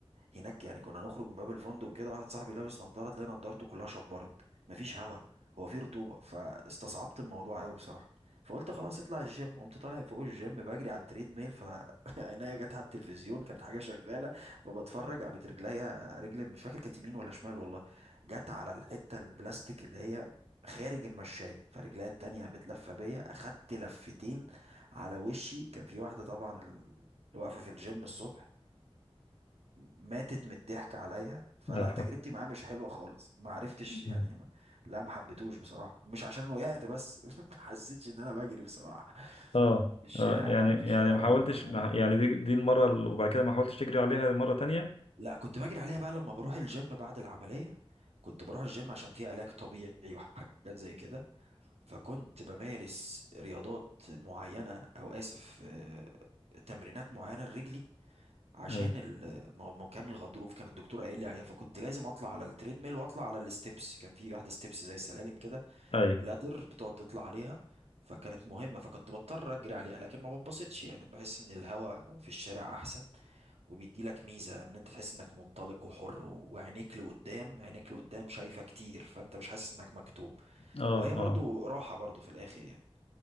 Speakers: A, on the right; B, on the left.
A: هناك يعني كنا نخرج من باب الفندق وكده واحد صاحبي لابس نضاره تلاقي نضارته كلها شبرت مفيش هوا هو في رطوبه فاستصعبت الموضوع قوي بصراحه فقلت خلاص اطلع الجيم قمت طالع فوق الجيم بجري على التريد ميل فعينيا <laughs> جت على التلفزيون كانت حاجه شغاله فبتفرج قامت رجليا رجل مش فاكر كانت يمين ولا شمال والله جت على الحته البلاستيك اللي هي خارج المشاية فرجليا التانية قامت لفة بيا أخدت لفتين على وشي كان في واحدة طبعا ال- اللي واقفة في الجيم الصبح ماتت من الضحك عليا فلا
B: لا ف...
A: تجربتي معاه مش حلوه خالص ما عرفتش يعني
B: مم.
A: ما لا ما حبيتهوش بصراحه مش عشان وقعت بس <laughs> ما حسيتش ان انا بجري بصراحه
B: اه
A: في الشارع
B: آه، يعني
A: لا في الشارع
B: يعني ما
A: الوضع
B: حاولتش
A: مختلف
B: ما يعني دي دي المرة ال- وبعد كده ما حاولتش تجري عليها مرة تانية
A: لا كنت بجري عليها بقى لما بروح الجيم بعد العمليه كنت بروح الجيم عشان فيه علاج طبيعي وحاجات زي كده فكنت بمارس رياضات معينه او اسف آه، تمرينات معينه لرجلي عشان
B: ايوه
A: ال- ما ما كان الغضروف كان الدكتور قايل لي عليها فكنت لازم اطلع على التريدميل واطلع على الستبس كان في واحده ستبس زي السلالم كده
B: ايوه
A: لادر بتقعد تطلع عليها فكانت مهمه فكنت بضطر اجري عليها لكن ما بتبسطش يعني بحس ان الهواء في الشارع احسن وبيدي لك ميزه ان انت تحس انك منطلق وحر و- وعينيك لقدام عينيك لقدام شايفه كتير فانت مش حاسس انك مكتوم
B: اه
A: وهي برضو
B: اه
A: راحه برضو في الاخر يعني